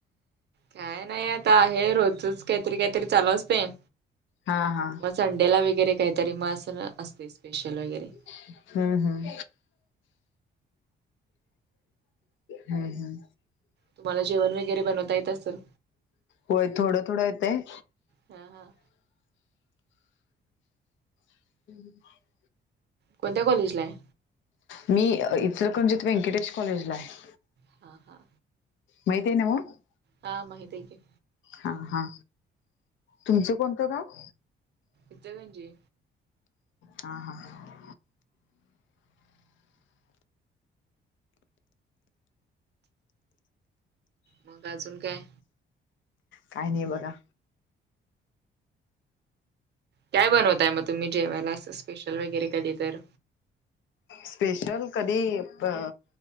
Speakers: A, on the right; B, on the left.
A: काय नाही आता आहे रोजचंच काहीतरी- काहीतरी चालू असतंय.
B: हा हा
A: संडेला वगैरे काहीतरी म अस असतयं स्पेशल वगैरे.
B: हं. हं. हुं.. हुं...
A: तुम्हांला जेवण वगैरे बनवता येत असल?
B: होय थोडं -थोडं येतयं.
A: हा हा
B: हूं.. हूं..
A: कोणत्या कॉलेजला आहे?
B: मी इचलकरंजीत व्यंकटेश कॉलेजला आहे.
A: हा, हा.
B: माहिताय नव्ह.
A: हा माहित आहे की.
B: हा, हा. तुमचं कोणतं गाव?
A: इचलकरंजी.
B: हा,.. हा..
A: मग अजून काय.
B: काय नाही बघा.
A: काय बनवताय मग तुम्ही जेवायला असं स्पेशल वगैरे कधी तर?
B: स्पेशल कधी अ